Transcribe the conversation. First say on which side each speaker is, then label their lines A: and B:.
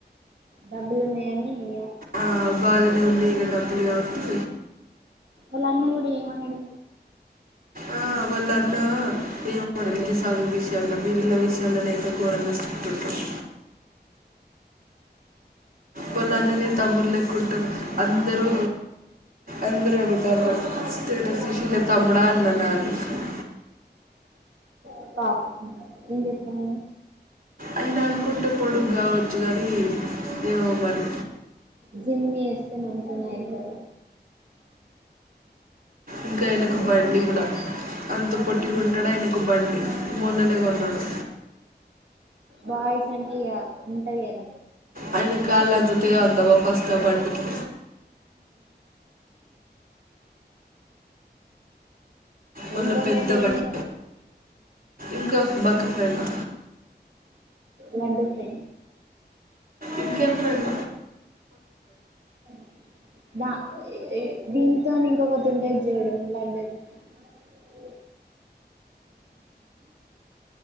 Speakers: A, on the right; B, on the right.
A: డబ్బులు ఉన్నాయని ఇగ
B: ఆ బాగానే ఉన్నాయి ఇంక డబ్బులు కాబట్టి.
A: ఎలా అన్న గుడ ఇగ ఏమన్నాడు.
B: ఆ వల్ల అన్న ఏమనాడు గి చదువు విషయం లో. మిగిలిన విషయాలను అయితే ఘోరంగా చెప్తుంటాడు వాళ్ళందరు నీ తమ్ములు లేక్క ఉంటారు అందరూ అందరూ అడుగుతారు
A: ఎందుకు ఆ
B: పస్ట్ చూసి నీ తమ్ముడా అని నన్ను అడుగుతున్నారు
A: ఉప్ప ఏం చెప్తాను
B: అన్న అనుకుంటే పొడుగ్గా కావచ్చు కానీ ఏమో మరి
A: జిమ్మీ ఎస్తే మంచిగనే అయితార
B: ఇంకా ఎనుక బండి కూడా అంత పొట్టి గా ఉంటాడు ఆయనకు బండి మొన్ననే కొన్నాడు
A: బాయ్స్ అంటే ఇక అంతగేన
B: ఆయన కాళ్ళు అందుతాయో అందవొ ఫస్ట్ ఆ బండికి మళ్ళీ
A: ఇంకా
B: పెద్ద
A: ప్రెండ్
B: బండి
A: ఏం మరి
B: ఇంకా బక్క ఫ్రెండా
A: లడ్డు కి
B: ఇంకేం ప్రెండ్
A: <inaudible> బా దీనితోని ఇంకొకటి ఉంటేది చూడు <unintelligible>